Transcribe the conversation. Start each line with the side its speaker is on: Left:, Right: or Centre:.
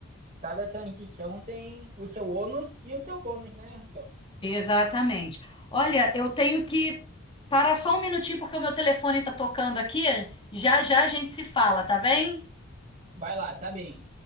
Right: Cada transição tem o seu ônus e o seu bônus, né, Raquel?
Left: Exatamente. Olha, eu tenho que parar só um minutinho porque o meu telefone está tocando aqui. Já já a gente se fala, tá bem?
Right: Vai lá, tá bem.